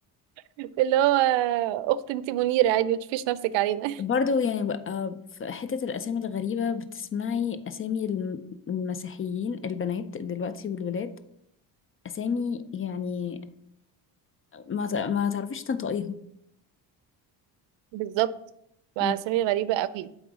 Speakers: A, on the right; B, on the left.
A: <laughs> اللي هو آه، اخت انت منيره عادي ما تشوفيش نفسك علينا
B: برضو يعني بقى في حتة الأسامي الغريبة بتسمعي أسامي الم- المسيحيين البنات دلوقتي والولاد أسامي يعني ما ت- ما تعرفيش تنطقيها
A: بالظبط وأسامي
B: يعني
A: غريبة قوي